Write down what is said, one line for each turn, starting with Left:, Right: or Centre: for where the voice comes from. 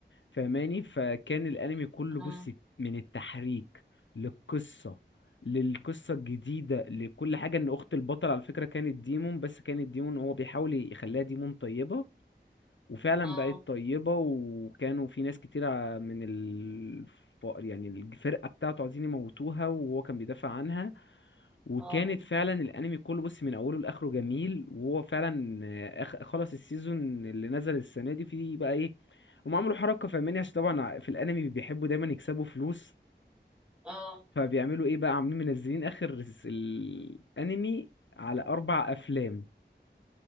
Left: فاهماني فكان الانمي كله
Centre: اه
Left: بص من التحريك للقصه للقصه الجديده لكل حاجه ان اخت البطل على فكره كانت ديمون بس كانت ديمون هو بيحاول يخليها ديمون طيبه وفعلا
Centre: اه
Left: بقت طيبه وكانوا في ناس كتير ع- من الف... يعني الفرقه بتاعته عايزين يموتوها وهو كان بيدافع عنها وكانت
Centre: اه
Left: فعلا الانمي كله بص من اوله لاخره جميل وهو فعلا آه، أخ- خلص السيزون اللي نزل السنه دي فيه بقى ايه هم عملوا حركه فاهماني عشان طبعا في الانمي بيحبوا دايما يكسبوا فلوس
Centre: اه
Left: فبيعملوا ايه بقى عاملين منزلين اخر س- الانمي على اربع افلام